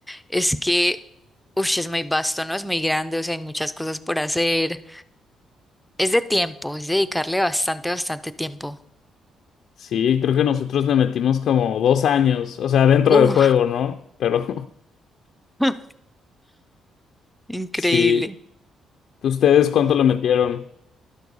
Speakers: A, in the centre; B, on the left.
A: Es que, uff, es muy vasto, ¿no? Es muy grande, o sea, hay muchas cosas por hacer. Es de tiempo, es dedicarle bastante, bastante tiempo.
B: Sí, creo que nosotros le metimos como dos años, o sea, dentro
A: Uff,
B: del juego, ¿no? Pero
A: <laughs>
B: <laughs>
A: increíble.
B: sí, ¿ustedes cuánto le metieron?